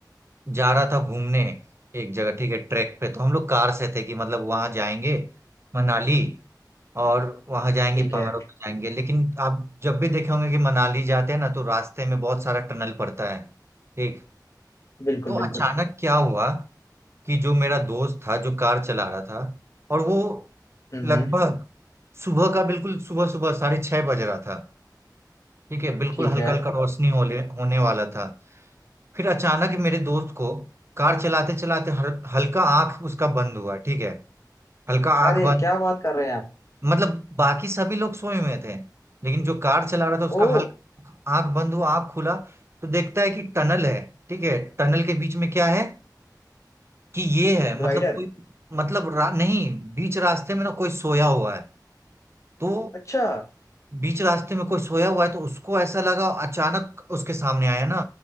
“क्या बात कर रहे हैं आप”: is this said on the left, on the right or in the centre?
Left